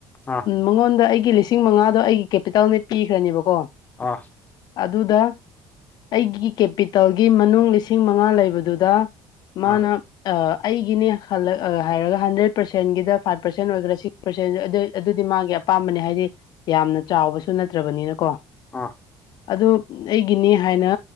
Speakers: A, on the left; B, on the left.
A: ꯑꯥ
B: ꯃꯉꯣꯟꯗ ꯑꯩꯒꯤ ꯂꯤꯁꯤꯡ__ ꯂꯤꯁꯤꯡ ꯃꯉꯥꯗꯣ ꯑꯩꯒꯤ ꯀꯦꯄꯤꯇꯥꯜꯅꯦ ꯄꯤꯈ꯭ꯔꯅꯤꯕꯀꯣ
A: ꯑꯥ
B: ꯑꯗꯨꯗ ꯑꯩꯒꯤ ꯀꯦꯄꯤꯇꯦꯜꯒꯤ ꯃꯅꯨꯡ ꯂꯤꯁꯤꯡ ꯃꯉꯥ ꯂꯩꯕꯗꯨꯗ__ ꯃꯥꯅ
A: ꯑꯥ
B: ꯑꯥ ꯑꯩꯒꯤꯅꯦꯈꯜꯂ ꯍꯥꯏꯔꯒ ꯍꯟꯗ꯭ꯔꯦꯠ ꯄꯔꯁꯦꯟꯒꯤꯗ ꯐꯥꯏꯚ ꯄꯔꯁꯦꯟ ꯑꯣꯏꯒꯦꯔꯥ ꯁꯤꯛꯁ ꯄꯔꯁꯦꯟ ꯑꯗꯨ ꯑꯗꯨꯗꯤ ꯃꯥꯒꯤ__ ꯑꯄꯥꯝꯕꯅꯦ ꯍꯥꯏꯗꯤ ꯌꯥꯝꯅ ꯆꯥꯎꯕꯁꯨ ꯅꯠꯇ꯭ꯔꯕꯅꯤꯅꯀꯣ
A: ꯑꯥ
B: ꯑꯗꯨ ꯑꯩꯒꯤꯅꯤ ꯍꯥꯏꯅ__